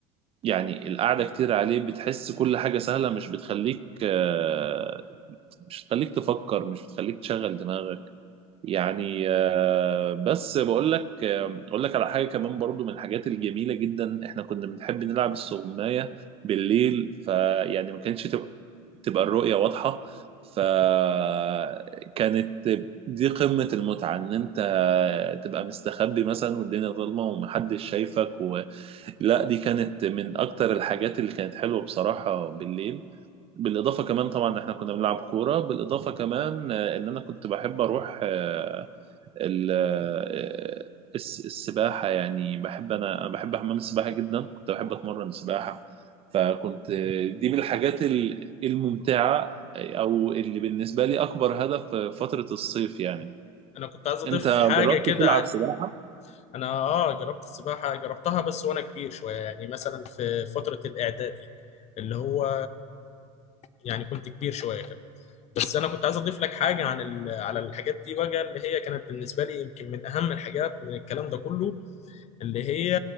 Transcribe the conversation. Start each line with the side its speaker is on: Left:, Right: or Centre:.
Right: يعني القعدة كتير عليه بتحس كل حاجة سهلة مش بتخليك آه، مش بتخليك تفكر مش بتخليك تشغل دماغك يعني آه، بس بقول لك آه، أقول لك على حاجة كمان برضو من الحاجات الجميلة جدا إحنا كنا بنحب نلعب السغماية بالليل فيعني ما كانتش تبقى تبقى الرؤية واضحة فكانت دي قمة المتعة إن أنت تبقى مستخبي مثلا والدنيا ظلمة ومحدش شايفك و... لا دي كانت من أكتر الحاجات اللي كانت حلوة بصراحة بالليل بالإضافة كمان طبعا إحنا كنا بنلعب كورة بالإضافة كمان آه، إن أنا كنت بحب أروح آه، ال- آه، الس- السباحة يعني بحب أنا أنا بحب حمام السباحة جدا كنت بحب أتمرن سباحة فكنت دي من الحاجات ال- الممتعة أو اللي بالنسبة لي أكبر هدف في فترة الصيف يعني
Left: انا كنت عايز اضيف
Right: أنت جربت
Left: حاجه كده
Right: تلعب
Left: عن
Right: سباحة؟
Left: انا اه جربت السباحه جربتها بس وانا كبير شويه يعني مثلا في فتره الاعدادي اللي هو يعني كنت كبير شويه كده بس انا كنت عايز اضيف لك حاجه عن ال... على الحاجات دي بقى اللي هي كانت بالنسبه لي يمكن من اهم الحاجات من الكلام ده كله اللي هي